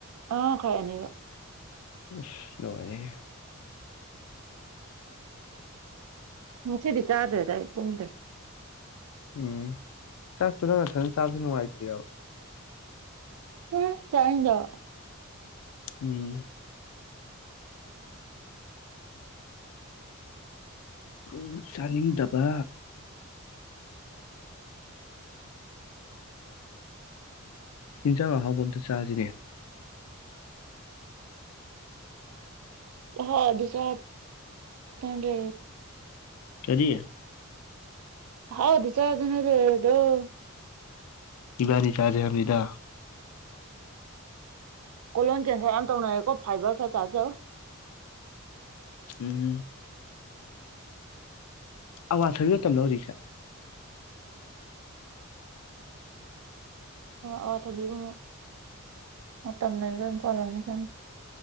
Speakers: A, on the right (about 80°); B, on the left (about 85°).
A: ꯑꯃ ꯃꯈꯥꯏ ꯑꯅꯤꯕ
B: ꯢꯁ ꯂꯣꯢꯔꯦꯍꯦ
A: ꯉꯁꯤꯗꯤ ꯆꯥꯗ꯭ꯔꯦꯗ ꯑꯩ ꯀꯨꯝꯗ꯭ꯔꯦ
B: ꯎꯝ ꯆꯥꯛꯇꯨ ꯅꯪ ꯅꯊꯥꯟ ꯆꯥꯕꯁꯨ ꯅꯨꯡꯉꯥꯏꯇ꯭ꯔꯤꯔꯥꯕ
A: ꯎꯝ ꯆꯥꯅꯤꯡꯗꯕ
B: ꯎꯝ ꯨꯑꯗꯨꯒꯤ ꯆꯥꯅꯤꯡꯗꯕ ꯌꯦꯟꯖꯥꯡ ꯑꯍꯥꯎꯕ ꯑꯝꯇ ꯆꯥꯁꯤꯅꯦ
A: <unintelligible> ꯍꯥꯎ ꯁꯥꯦ <unintelligible>
B: ꯀꯔꯤ
A: ꯍꯥꯎꯗ ꯆ ꯑꯗꯅ ꯂꯦꯔꯗ꯭ꯔꯣ
B: ꯏꯕꯥꯅꯤ ꯆꯥꯥꯖꯦ ꯍ꯭ꯥꯏꯝꯅꯤꯗ
A: ꯀꯣꯂꯣꯟ ꯀꯦꯟꯁꯔ ꯌꯥꯝ ꯇꯧꯅꯔꯦꯀꯣ ꯐꯥꯏꯕꯔ ꯈꯔ ꯆꯥꯖꯎ
B: ꯎꯝ ꯑꯋꯥꯊꯕꯤ ꯃꯇꯝ ꯂꯣ ꯍꯧꯖꯤꯛꯁꯦ
A: ꯑꯋꯥꯊꯕꯤꯕꯨ ꯃꯇꯝ ꯂꯩꯕꯔ ꯑꯗꯨꯝ ꯄꯥꯜꯂꯝꯅꯤ ꯀꯩꯅꯣ